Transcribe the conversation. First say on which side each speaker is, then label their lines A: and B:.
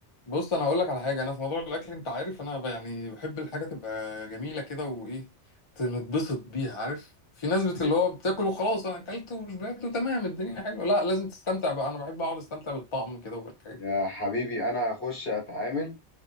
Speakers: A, on the left; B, on the left.
A: بص انا هقول لك على حاجة انا في موضوع الاكل انت عارف انا ب- يعني بحب الحاجة تبقى جميلة كده وايه نتبسط بيها عارف في ناس بت اللي هو بتاكل وخلاص انا اكلت وشبعت وتمام الدنيا حلوه لا لازم تستمتع بقى انا بحب اقعد استمتع بالطعم كده وبالحاجة
B: يا حبيبي انا هخش اتعامل